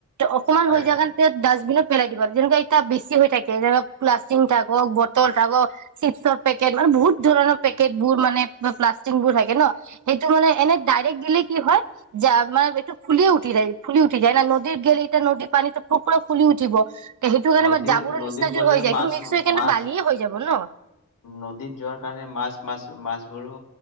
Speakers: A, on the right; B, on the left.
A: অকণমান
B: হয়।
A: হৈ যায় <unintelligible> ডাষ্টবিনত পেলাই দিব লাগে যেনেকুৱা এতিয়া বেছি হৈ থাকে যেনেক প্লাস্তিং থাকক বটল থাকক চিপছৰ পেকেট মানে বহুত ধৰণৰ পেকেট বোৰ মানে প্লাছতিংবোৰ থাকে ন সেইটো মানে এনে ডাইৰেক্ট দিলে কি হয় যে মানে এইটো ফুলি উঠি যায় ফুলি উঠি যায় না নদী গেলি এতিয়া নদীৰ পানীটো <unintelligible> ফুলি উঠিব। সেইটো কাৰণে
B: নদীৰ
A: মানে জাবৰৰ
B: নদীত
A: নিচিনা
B: গলে
A: হৈ যায় এইটো
B: মাছ-মাছ
A: মিক্স হৈ কেনে বালিয়ে হৈ যাব ন
B: নদীত যোৱাৰ কাৰণে মাছ মাছ-মাছ বোৰো